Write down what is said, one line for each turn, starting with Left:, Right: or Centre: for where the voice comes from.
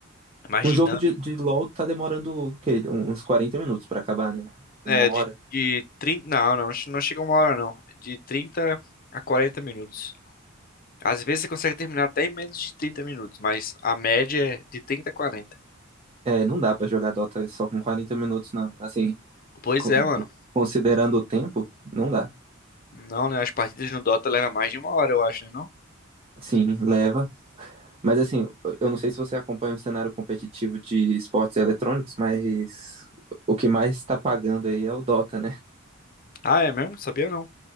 Left: Mais
Right: Um
Left: dinâmico.
Right: jogo de, de LoL tá demorando o quê? Uns 40 minutos pra acabar, né?
Left: É,
Right: Uma hora.
Left: de, de 30, Não, não, não chega uma hora, não. De trinta a quarenta minutos. Às vezes você consegue terminar até em menos de 30 minutos, mas a média é de trinta a 40.
Right: É, não dá pra jogar Dota só com 40 minutos, não. Assim,
Left: Pois
Right: co-
Left: é, mano.
Right: considerando o tempo, não dá.
Left: Não, né? As partidas no Dota levam mais de uma hora, eu acho, né? Não?
Right: Sim, leva. Mas assim, eu não sei se você acompanha o cenário competitivo de esportes eletrônicos, mas o que mais tá pagando aí é o Dota, né?
Left: Ah, é mesmo? Sabia não.